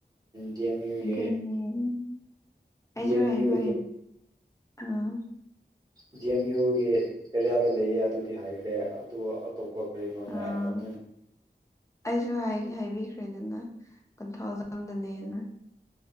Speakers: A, on the right; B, on the left.
A: ꯗꯤ ꯑꯦꯝ ꯌꯨꯒꯤ
B: ꯅꯦ ꯑꯩꯁꯨ
A: ꯗꯤ ꯑꯦꯝ
B: ꯍꯥꯏꯥꯏꯕ
A: ꯌꯨ
B: ꯑꯥ
A: ꯗꯤ ꯑꯦꯝ ꯌꯨꯒꯤ ꯑꯦꯔꯤꯌꯥꯗ ꯂꯩꯌꯦ ꯑꯗꯨꯗꯤ ꯍꯥꯏꯈ꯭ꯔꯦ ꯑꯗꯨ ꯑꯇꯣꯞꯄ ꯀꯔꯤꯅꯣꯅꯦ
B: ꯑꯥ
A: ꯑꯩꯅ ꯐꯖ
B: ꯑꯩꯁꯨ ꯍꯥꯏꯗꯤ ꯍꯥꯏꯕꯤꯈ꯭ꯔꯦꯗꯅ ꯀꯣꯟꯊꯧꯖꯝꯗꯅꯦꯅ